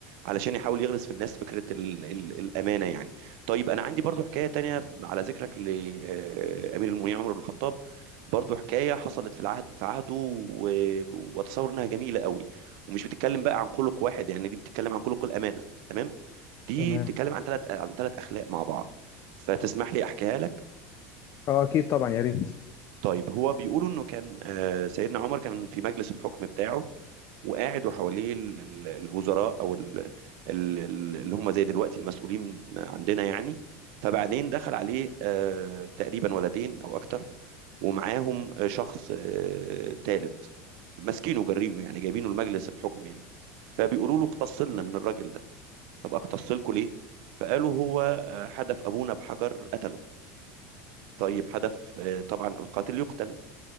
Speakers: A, on the right; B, on the left.
A: علشان يحاول يغرس في الناس فكره ال ال الامانه يعني طيب انا عندي برضو حكايه تانية على ذكرك لامير المؤمنين عمر بن الخطاب برضو حكايه حصلت في العهد في عهده و- واتصور انها جميله قوي ومش بتتكلم بقى عن خلق واحد يعني دي بتتكلم عن خلق الامانه تمام دي
B: تمام
A: بتتكلم عن ثلاث عن ثلاث اخلاق مع بعض فتسمح لي احكيها لك
B: اه اكيد طبعا يا ريت
A: طيب هو بيقولوا انه كان آه، سيدنا عمر كان في مجلس الحكم بتاعه وقاعد وحواليه ال- ال- الوزراء او ال- ال- ال- اللي هم زي دلوقتي المسؤولين عندنا يعني فبعدين دخل عليه آه، تقريبا ولدين او اكتر ومعاهم آه، شخص آه، تالت ماسكينه جارينه يعني جايبينه لمجلس الحكم يعني فبيقولوا له اقتصلنا من الراجل ده طب اقتصلكوا ليه فقالوا هو آه، حدف ابونا بحجر قتله طيب حدف آه، طبعا القاتل يقتل